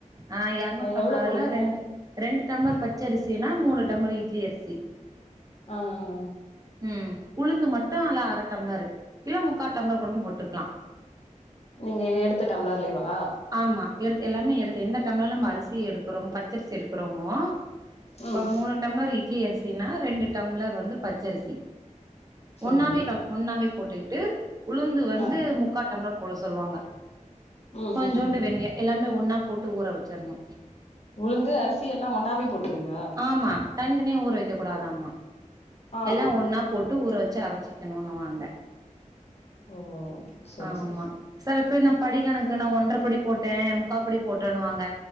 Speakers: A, on the right; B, on the left.
A: ஆ எரநூத்தம்ளர்ல
B: எவ்ளோ போடுவீங்க
A: ரெண்டு டம்ளர் பச்ச அரிசினா மூணு டம்ளர் இட்லி அரிசி
B: ஆ அ அ
A: ம் உளுந்து மட்டு அல அர டம்ளரு இல்ல முக்கா டம்ளர் கூட போட்டுக்கலா
B: நீங்க எடுத்த டம்ளர்லேவா
A: ஆமா எடுத்து எல்லாமே எடுத்து எந்த டம்ல நம்ம அரிசி எடுக்குறோ பச்சரிசி எடுக்குறோமோ இப்ப
B: ம்
A: மூணு டம்ளர் இட்லி அரிசினா ரெண்டு டம்ளர் வந்து பச்சரிசி
B: சரி
A: ஒண்ணாவே கல ஒண்ணாவே போட்டுக்கிட்டு உளுந்து வந்து
B: ஆ
A: முக்காட்டம்ளர் போட சொல்லுவாங்க
B: ம்
A: கொஞ்சோண்டு
B: ம் ம்
A: வெந்தய எல்லாமே ஒன்னா போட்டு ஊற வச்சிர்ணு
B: உளுந்து அரிசி எல்லாமே ஒண்ணாவே போட்றீங்ளா
A: ஆமா தனி தனியா ஊற வைக்க கூடாதாம்மா
B: ஆ
A: எல்லா
B: ஆ
A: ஒன்னா போட்டு ஊற வச்சு அரச்சி இன்னோன்னு வாங்க
B: ஓ சரி
A: ஆமா
B: சரி சரி
A: செல பேர் நா படி கணக்கு நா ஒன்றரப்படி போட்டே முக்கா படி போட்டேன்னுவாங்க